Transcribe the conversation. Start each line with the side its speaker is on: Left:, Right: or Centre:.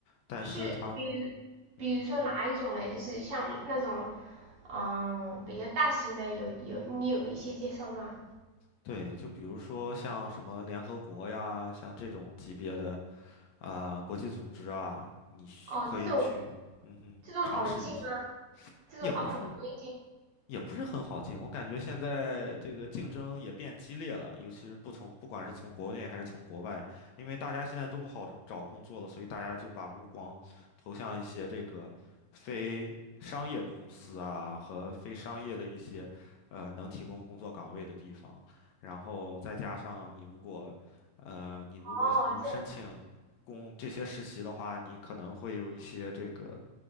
Left: 但是他们，
Right: 就是比如，
Left: 嗯哼，
Right: 比如说哪一种嘞？就是像那种，嗯，比较大型的有有，你有一些介绍吗？
Left: 对，就比如说像什么联合国呀，像这种级别的啊，国际组织啊，你需可以去，
Right: 哦，这种
Left: 嗯哼，
Right: 这种好进吗？
Left: 尝试一些，
Right: 这种好不容易进？
Left: 也不是。也不是很好进，我感觉现在这个竞争也变激烈了，尤其是不从不管是从国内还是从国外，因为大家现在都不好找工作了，所以大家就把目光投向一些这个非商业公司啊和非商业的一些呃能提供工作岗位的地方，然后再加上你如果呃你如果能申请工这些实习的话，
Right: 哦，这样，
Left: 你可能会有一些这个